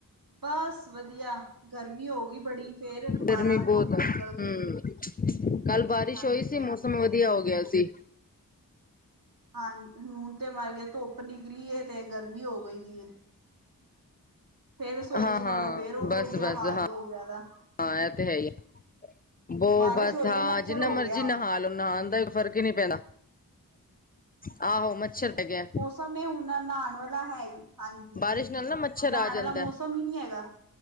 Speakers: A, on the right; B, on the left.
A: ਬਸ ਵਧੀਆ ਗਰਮੀ ਹੋ ਗਈ ਬੜੀ ਫੇਰ ਦੁਬਾਰਾ
B: ਗਰਮੀ ਬਹੁਤ
A: ਧੁੱਪ
B: ਏ,
A: ਨਿਕਲ ਗਈ।
B: ਹਮ। ਕੱਲ੍ਹ ਬਾਰਿਸ਼
A: ਹਾਂਜੀ
B: ਹੋਈ ਸੀ
A: ਹਾਂਜੀ
B: ਮੌਸਮ ਵਧੀਆ
A: ਅੱਜ ਗਰਮੀ
B: ਹੋ ਗਿਆ ਸੀ।
A: ਗਈ। ਹਾਂ ਹੁਣ ਤੇ ਮਰ ਗਏ ਧੁੱਪ ਨਿਕਲੀ ਏ ਤੇ ਗਰਮੀ ਹੋ ਗਈ ਦੀ ਏ। ਫਿਰ ਰਸੋਈ
B: ਹਾਂ-ਹਾਂ,
A: ਚ ਵੜੋ ਫਿਰ ਉਹੋ
B: ਬਸ-ਬਸ
A: ਜਿਹਾ ਹਾਲ
B: ਹਾਂ।
A: ਹੋ ਗਿਆ ਐਦਾ।
B: ਹਾਂ ਇਹ ਤੇ ਹੈ ਹੀ ਆ ਬੋ
A: ਬਾਰਿਸ਼
B: ਬਸ
A: ਹੋਈ
B: ਹਾਂ
A: ਹੈ ਮੱਛਰ
B: ਜਿੰਨਾ
A: ਹੋ
B: ਮਰਜ਼ੀ
A: ਗਿਆ ਹੁਣ
B: ਨਹਾ ਲਓ ਨਹਾਉਣ ਦਾ ਫਰਕ ਹੀ ਨਹੀਂ ਪੈਣਾ ਆਹੋ ਮੱਛਰ ਤੇ ਗਿਆ।
A: ਸਮੇਂ ਉਹਨਾਂ ਨਾਲ ਨਹਾਣ ਵਾਲਾ ਹੈ ਹੀ। ਹਾਂਜੀ।
B: ਬਾਰਿਸ਼ ਨਾਲ ਨਾ ਮੱਛਰ
A: ਨਹਾਣ
B: ਆ ਜਾਂਦਾ।
A: ਵਾਲਾ ਮੌਸਮ ਹੀ ਨਹੀਂ ਹੈਗਾ।